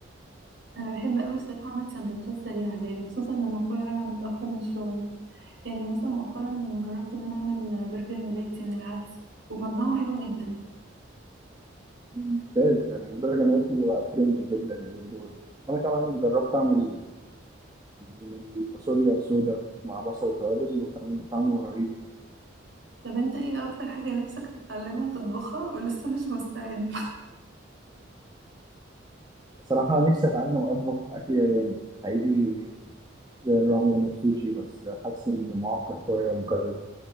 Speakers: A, on the right (about 60°); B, on the right (about 20°).
A: انا بحب قوي الصراحه اعمل سندوتشات سريعه يعني خصوصا لما اكون راجعه متاخر من الشغل يعني مثلا مؤخرا جربت ان انا اعمل برجر نباتي من العدس وكان طعمه حلو جدا
B: ممتاز يعني البرجر دلوقتي بقى ترند جدا يعني من دول انا كمان جربت اعمل من الفاصوليا السوداء مع بصل وتوابل وكان طعمه رهيب
A: طب انت ايه اكتر حاجه نفسك تتعلمها تطبخها ولسه مش مستعد
B: صراحة نفسي اتعلم اطبخ اكل ياباني حقيقي زي الرامن والسوشي بس حاسس انه معقد شوية ومكلف